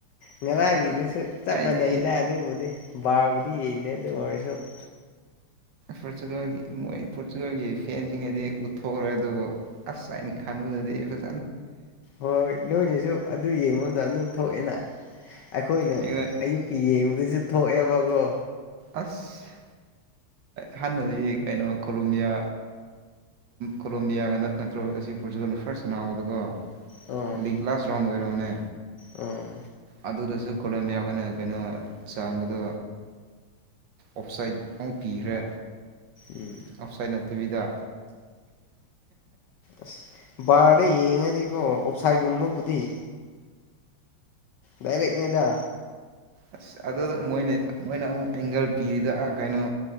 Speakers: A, on the left; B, on the right.
A: ꯉꯔꯥꯡꯒꯤꯗꯨꯁꯨ
B: ꯑꯗꯣ
A: ꯆꯞ
B: ꯑꯩꯗꯤ
A: ꯃꯥꯟꯅꯩꯗ ꯑꯗꯨꯕꯨꯗꯤ ꯕꯥꯕꯨꯗꯤ ꯌꯦꯡꯗꯦ ꯑꯗꯨ ꯑꯣꯏꯔꯁꯨ
B: ꯄꯣꯔꯇꯨꯒꯥꯜꯒꯤ ꯃꯣꯏ ꯄꯣꯔꯇꯨꯒꯥꯜꯒꯤ ꯐꯦꯟꯁꯤꯡꯗꯤ ꯎꯠꯊꯣꯛꯈꯔꯣꯏ ꯑꯗꯨꯕꯨ ꯑꯁꯥꯏꯟ ꯈꯥꯟꯕꯨꯗꯗꯤ ꯐ
A: ꯍꯣꯏ ꯅꯣꯏꯅꯤꯁꯨ ꯑꯗꯨ ꯌꯦꯡꯕ ꯃꯇꯝꯝꯗ ꯑꯗꯨꯝ ꯊꯣꯛꯑꯦꯅ ꯑꯩꯈꯣꯏꯅ
B: ꯑꯩꯉꯣꯟ
A: ꯑꯌꯨꯛꯀꯤ ꯌꯦꯡꯕꯗꯁꯨ ꯊꯣꯛꯑꯦꯕꯀꯣ
B: ꯑꯁ ꯍꯍꯥꯟꯅꯁꯤ ꯀꯩꯅꯣ ꯀꯣꯂꯣꯕꯤꯌꯥ ꯀꯣꯂꯣꯝꯕꯤꯌꯥꯒꯅ ꯅꯠꯇ꯭ꯔꯒ ꯑꯁꯤ ꯄꯣꯔꯆꯨꯒꯜꯅ ꯐꯥꯔꯁ ꯁꯅꯥꯕꯗꯀꯣ
A: ꯑꯥ
B: ꯂꯤꯒꯥꯁ ꯔꯣꯝ ꯑꯣꯏꯔꯕꯣꯅꯦ
A: ꯑꯥ
B: ꯑꯗꯨꯗꯁꯨ ꯀꯣꯂꯝꯣꯕꯤꯌꯥ ꯑꯩꯈꯣꯏꯅ ꯀꯩꯅꯣ ꯆꯥꯟꯕꯗꯣ ꯑꯞꯁꯥꯏꯠ ꯑꯃꯨꯛ ꯄꯤꯈ꯭ꯔꯦ
A: ꯎꯝ
B: ꯑꯞꯁꯥꯏꯠ ꯨꯕꯤꯗ
A: ꯑꯁ ꯕꯥꯔꯗ ꯌꯦꯡꯉꯗꯤꯀꯣ ꯑꯣꯞꯁꯥꯏꯠꯒꯨꯝꯕꯕꯨꯗꯤ ꯗꯥꯏꯔꯦꯛꯅꯗ
B: ꯑꯁ ꯑꯗꯨꯗ ꯃꯣꯏꯅ ꯃꯣꯏꯅ ꯑꯃꯨꯛ ꯑꯦꯡꯒꯜ ꯄꯤꯔꯤꯗ ꯀꯩꯅꯣ